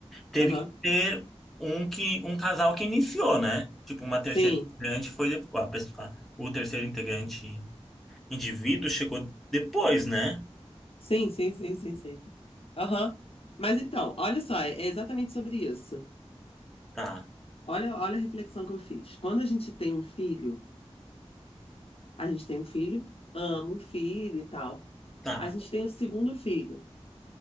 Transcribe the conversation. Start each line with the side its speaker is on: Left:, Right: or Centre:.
Centre: teve
Left: Aham.
Centre: que ter um que um casal que iniciou, né? Tipo, uma terceira
Left: Sim,
Centre: integrante foi depois, a pessoa, o terceiro integrante indivíduo chegou depois, né?
Left: sim, sim, sim, sim, sim. Aham. Mas então, olha só, é é exatamente sobre isso.
Centre: Tá,
Left: Olha, olha a reflexão que eu fiz. Quando a gente tem um filho, a gente tem um filho, ama o filho e tal.
Centre: tá.
Left: A gente tem o segundo filho.